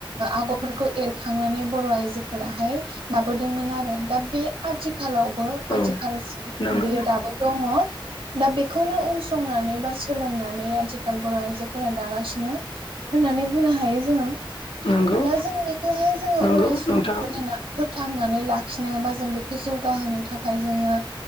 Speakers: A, on the right; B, on the left.
A: आगरफोरखौ एरखांनानै बर' आइजोफोराहाय लाबोदोंमोन आरो दा बे आथिखालावबो
B: औ
A: आथिखालसिम
B: नंगौ
A: बियो दाबो दङ दा बेखौनो उनसंनानै बा सोलोंनानै आथिखाल बर' आइजोफोरा दागासिनो होननानै बुंनो हायो जोङो
B: नंगौ
A: दा जों बेखौहाय जोङो
B: नंगौ
A: अराय सम
B: नोंथां
A: फोथायना फोथांनानै लाखिनोबा जों बेखौ जौगाहोनो थाखाय जोङो